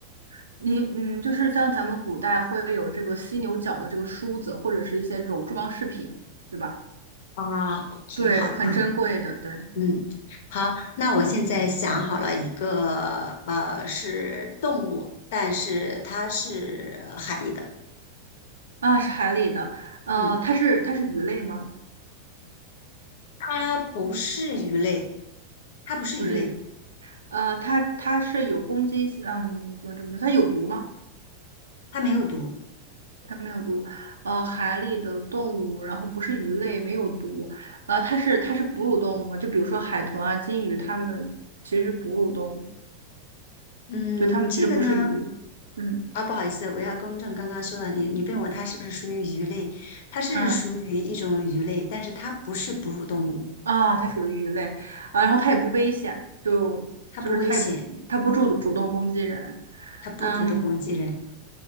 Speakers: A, on the right; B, on the left.
A: <laughs>，你嗯，就是像咱们古代会有这个犀牛角的这个梳子，或者是一些这种装饰品，对吧？
B: 啊，OK，
A: 对，
B: 好的吧，
A: 很珍贵的，对，
B: 嗯，
A: 嗯。
B: 好，那我现在想好了一个，呃，是动物，但是它是海里的，
A: 啊，是海里的，呃，
B: 嗯，
A: 它是它是鱼类吗？
B: 它不是鱼类，它不是鱼类，
A: 不是鱼，呃，它它是有攻击性，嗯，怎么怎么说？它有毒吗？
B: 它没有毒，
A: 它没有毒，呃，海里的动物，然后不是鱼类，没有毒，呃，它是它是哺乳动物吗？就比如说海豚啊、金鱼，它们其实是哺乳动物，
B: 嗯，
A: 对，它们其实不是鱼，
B: 这个呢。
A: 嗯
B: 啊，不好意思，我要更正刚刚说的，你你问我它是不是属于鱼类，它是属于一种鱼类，
A: 嗯
B: 但是它不是哺乳动物，
A: 啊，它属于鱼类，啊，然后它也不危险，就就是它也它不主主动攻击人，
B: 它不危险，它不主动攻击人，
A: 嗯。